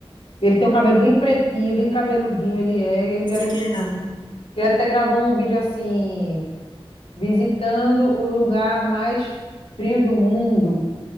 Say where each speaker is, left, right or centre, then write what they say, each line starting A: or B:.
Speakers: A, on the left (about 80°); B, on the left (about 50°).
A: Ele tem um cabelo bem pretinho, bem cabeludinho ele é, ele
B: Você
A: viaja
B: quer,
A: pelo
B: não?
A: mundo. Que Ele até gravou um vídeo assim, visitando o lugar mais frio do mundo,